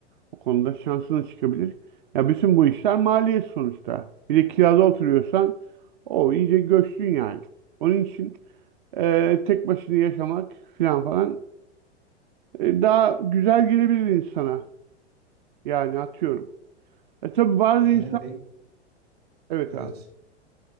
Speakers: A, on the right; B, on the right.
A: O konuda şansına çıkabilir. Ya bütün bu işler maliyet sonuçta. Bir de kirada oturuyorsan o iyice göçtün yani. Onun için e, tek başına yaşamak falan falan e, daha güzel gelebilir insana. Yani atıyorum. E tabii bazı
B: Yani
A: insan
B: pek
A: evet
B: evet.
A: abi.